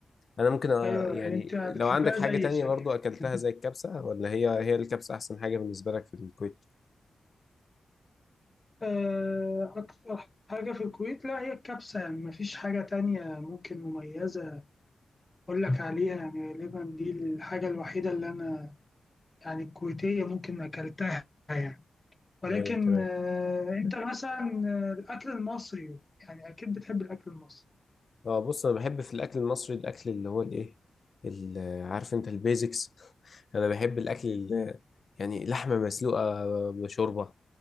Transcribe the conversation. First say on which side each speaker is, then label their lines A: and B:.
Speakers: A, on the left; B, on the left.
A: أنا ممكن آه،
B: أيوة
A: يعني
B: يعني أنت بتحبها
A: لو عندك حاجة
B: زي
A: تانية
B: شكلك
A: برضو أكلتها
B: <laughs>
A: زي الكبسة ولا هي هي الكبسة أحسن حاجة بالنسبة لك في الكويت؟
B: آه، أكتر حاجة في الكويت لا هي الكبسة يعني مفيش حاجة تانية ممكن مميزة أقول لك عليها يعني غالبا دي الحاجة الوحيدة اللي أنا يعني الكويتية ممكن أكلتها يعني. ولكن
A: أيوه تمام
B: آه، انت مثلا آه، الاكل المصري يعني اكيد بتحب الاكل المصري
A: اه بص انا بحب في الاكل المصري الاكل اللي هو الايه ال- عارف انت البيزكس <laughs> انا بحب الاكل اللي يعني لحمه مسلوقه بشوربه